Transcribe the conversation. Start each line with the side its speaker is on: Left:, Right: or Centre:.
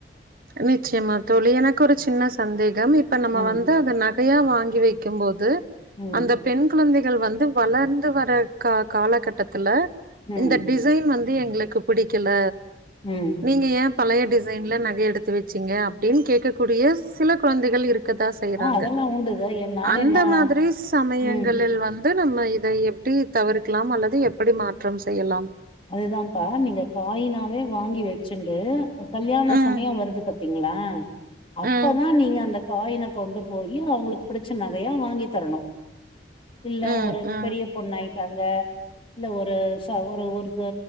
Right: நிச்சயமா தோழி எனக்கு ஒரு சின்ன சந்தேக இப்ப நம்ம
Left: ம்
Right: வந்து அந்த ந சையா வாங்கி வைக்கும்போது
Left: ம்
Right: அந்தப் பெண் குழந்தைகள் வந்து வளந்து வர கா-காலகட்டத்துல
Left: ம்
Right: இந்த டிசைன் வந்து எங்ளுக்கு புடிக்கல
Left: ம்
Right: நீங்க ஏ பழைய டிசைன்ல நகை எடுத்து வச்சீங்க அப்டின்னு கேட்கக்கூடிய சில குழந்தைகள் இருக்க கதான் செய்றாங்க
Left: ஆ அதெல்லா உண்டுத எ நானே
Right: அந்த
Left: நா
Right: மாதிரி சமயங்களில்
Left: ம்
Right: வந் து நம்ம இதை எப்படி தவிர்க்கலா அல்லது எப்டி மாற்றம் செய்யலாம்
Left: அதுதான்ப்பா நீங்க காயினாவே வாங்கி வச்சுண்டு கல்யாண
Right: ம்
Left: சமயோ வருது பாத்தீங்களா அப்பதா
Right: ம்
Left: நீங்க அந்த காயின கொண்டு போயி அவங்ளுக்கு புடிச்ச நகையா வாங்கி தரணு இல்ல
Right: ம்
Left: ஒரு
Right: ம்
Left: பெரிய பொண்ணாயிட்டாங்க இல்ல ஒரு ச ஒரு ஒரு ச